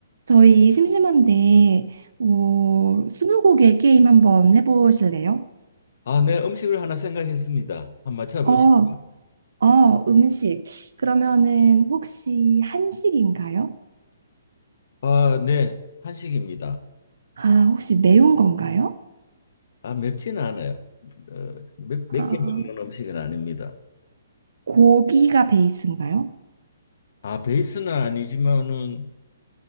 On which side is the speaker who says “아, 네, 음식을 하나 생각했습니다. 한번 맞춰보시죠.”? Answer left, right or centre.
Left